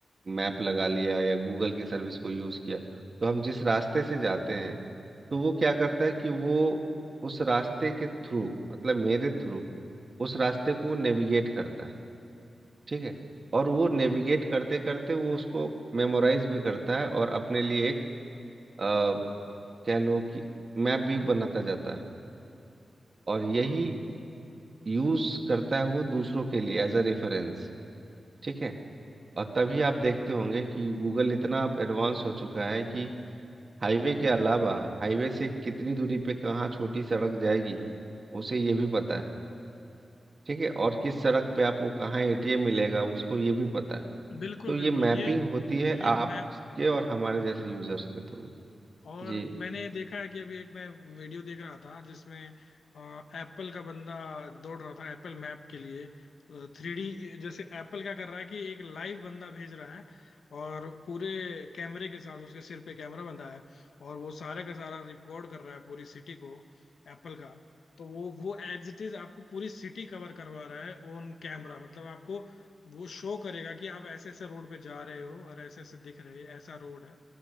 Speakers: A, on the right; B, on the left.
A: मैप लगा लिया या गूगल की सर्विस को यूज़ किया तो हम जिस रास्ते से जाते हैं तो वो क्या करता है कि वो उस रास्ते के थ्रू मतलब मेरे थ्रू उस रास्ते को नेविगेट करता है ठीक है और वो नेविगेट करते करते वो उसको मेमोराइज भी करता है और अपने लिए एक अ, कह लो कि मैप भी बनाता जाता है और यही यूज करता है वो दूसरों के लिए एज अ रेफरेंस ठीक है और तभी आप देखते होंगे कि गूगल इतना अब एडवांस हो चुका है कि हाईवे के अलावा हाईवे से कितनी दूरी पे कहाँ छोटी सड़क जाएगी उसे ये भी पता है ठीक है और किस सड़क पे आपको कहाँ एटीएम मिलेगा उसको ये भी पता है
B: बिल्कुल
A: तो ये
B: बिल्कुल
A: मैपिंग
B: ये
A: होती है
B: ये मैं
A: आपके और हमारे जैसे यूजर्स के थ्रू
B: और
A: जी
B: मैंने देखा है कि अभी एक मैं वीडियो देख रहा था जिसमें एप्पल का बंदा दौड़ रहा था एप्पल मैप के लिए थ्री डी जैसे एप्पल क्या कर रहा है कि एक लाइव बंदा भेज रहा है और पूरे कैमरे के साथ उसके सिर पे कैमरा बंधा है और वो सारा का सारा रिकॉर्ड कर रहा है पूरी सिटी को एप्पल का तो वो वो एज इट इज आपको पूरी सिटी कवर करवा रहा है ऑन कैमरा मतलब आपको वो शो करेगा कि आप ऐसे ऐसे रोड पे जा रहे हो और ऐसे ऐसे दिख रहे ऐसा रोड है